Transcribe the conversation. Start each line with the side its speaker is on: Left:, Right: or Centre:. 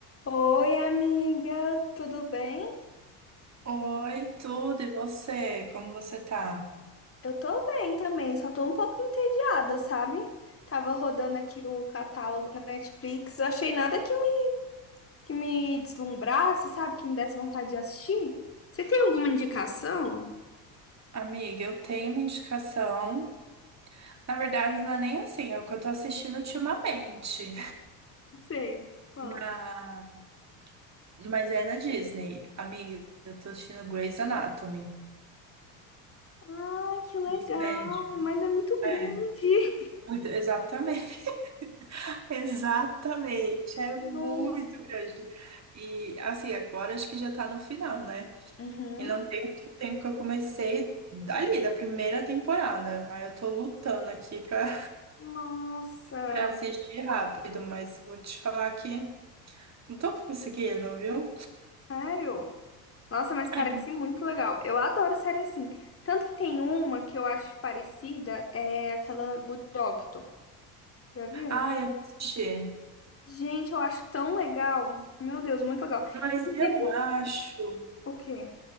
Left: Oi, amiga, tudo bem?
Right: Oi, tudo, e você? Como você tá?
Left: Eu tô bem também, só tô um pouco entediada, sabe? Tava rodando aqui o catálogo na Netflix, achei nada que me, que me deslumbrasse, sabe? Que me desse vontade de assistir. Você tem alguma indicação?
Right: Amiga, eu tenho uma indicação. Na verdade, não é nem assim, é o que eu tô assistindo ultimamente.
Left: Sei, qual?
Right: Na... Mas é na Disney. Amiga, eu tô assistindo Grey's Anatomy.
Left: Ah, que legal,
Right: Dos médicos.
Left: mas é muito grande.
Right: É, muito- exatamente. <laughs> Exatamente. É muito
Left: <laughs> Nossa.
Right: grande. E, assim, agora acho que já tá no final, né?
Left: Uhum.
Right: E não tem muito tempo que eu comecei dali, da primeira temporada. Aí eu tô lutando aqui pra.
Left: Nossa,
Right: pra assistir rápido, mas vou te falar que não tô conseguindo, viu?
Left: sério? Nossa, mas parece
Right: É.
Left: muito legal. Eu adoro série assim. Tanto que tem uma que eu acho parecida, é aquela Good Doctor. Já viu?
Right: Ah, eu não assisti.
Left: Gente, eu acho tão legal. Meu Deus, muito legal.
Right: Mas
Left: Inclusive,
Right: eu acho.
Left: o quê?